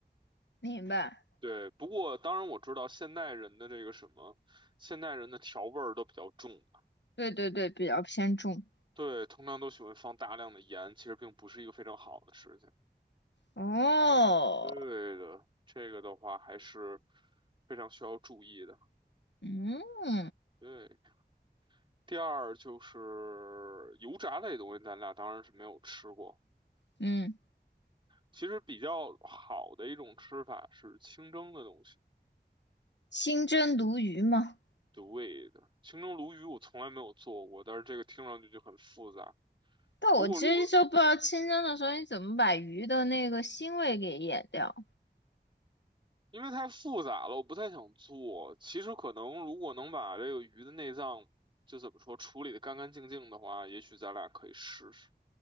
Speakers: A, on the left (about 85°); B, on the right (about 30°).
A: 明白。
B: 对，不过当然我知道现代人的这个什么，现代人的调味儿都比较重
A: 对对对，比较偏重。
B: 对，通常都喜欢放大量的盐，其实并不是一个非常好的事情。
A: 哦，
B: 对的，这个的话还是非常需要注意的。
A: 嗯
B: 对，第二就是油炸类东西，咱俩当然是没有吃过。
A: 嗯。
B: 其实比较好的一种吃法是清蒸的东西。
A: 清蒸鲈鱼嘛。
B: 对的，清蒸鲈鱼我从来没有做过，但是这个听上去就很复杂。
A: 但我其实就不知道清蒸的时候你怎么把鱼的那个腥味给掩掉。
B: 不过如果因为太复杂了，我不太想做。其实可能如果能把这个鱼的内脏，就怎么说，处理的干干净净的话，也许咱俩可以试试。